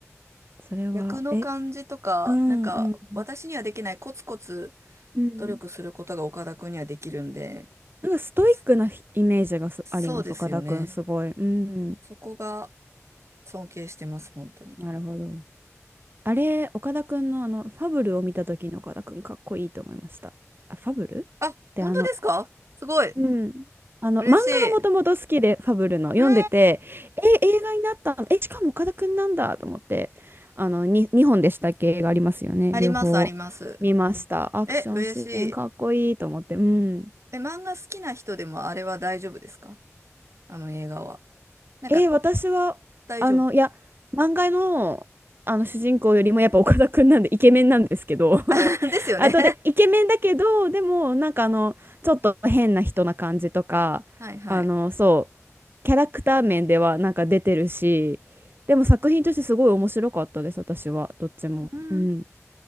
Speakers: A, on the right; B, on the right.
A: それは、
B: 役の感じとか、
A: え、うんうん。
B: なんか私にはできないコツコツ
A: うん。
B: 努力することが岡田くんにはできるんで、
A: なんかストイックなひイメージがすあります、
B: そそうですよね。
A: 岡田くん、すごい。うん、
B: そこが尊敬してます、本当に。
A: なるほど。あれ、岡田くんのあの、ファブルを見た時の岡田くん、かっこいいと思いました。あ、ファブルっ
B: あ、
A: てあの、
B: 本当ですかすごい。
A: うん。あの、
B: 嬉しい。
A: 漫画がもともと好きで、ファブルの、読んでて、
B: うーん
A: え、映画になったの、え、しかも岡田くんなんだと思って、あの、に、2本でしたっけ、映画ありますよね、
B: あります、
A: 両方見ました。
B: あります。
A: アクションシーン、
B: え、嬉しい。
A: かっこいいと思って、うん。
B: え、漫画好きな人でもあれは大丈夫ですかあの映画は。なんか
A: えー私は、
B: 大丈夫。
A: あの、いや、漫画の、あの主人公よりもやっぱ岡田くんなんでイケメンなんですけど
B: <laughs>
A: <laughs>
B: ですよね
A: あとでイケメンだけどでもなんかあのちょっと変な人な感じとかあのそうキャラクター面ではなんか出てるしでも作品としてすごい面白かったです私はどっちもうん
B: <laughs> はいはい。うん。